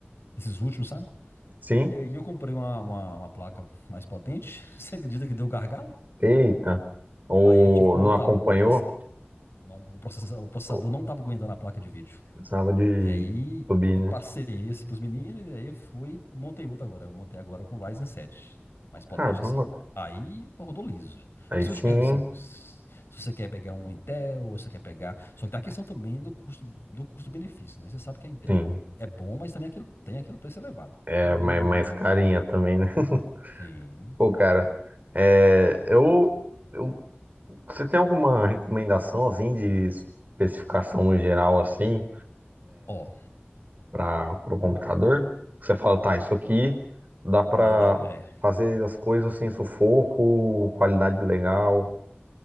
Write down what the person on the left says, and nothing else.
desses últimos, sabe?
E aí eu comprei uma, uma, uma placa mais potente, <laughs> você acredita que deu gargalo?
Aí eu tive que montar
outro PC. Não, o processa- o processador
não tava aguentando a placa de vídeo.
E aí
eu
passei esse pros meninos, e aí fui, montei outro agora. Eu montei agora com o Ryzen 7 mais potente
assim. Aí pô, rodou liso.
Eu preciso
te perguntar
assim, s- se você quer pegar um Intel, ou se você quer pegar. Só que tá a questão também do custo, do custo-benefício, né? Você sabe que a Intel
é bom, mas também aquilo, tem aquele preço elevado,
que é o dobro
do AMD,
por exemplo.
Sim.
Ó,
pode, é.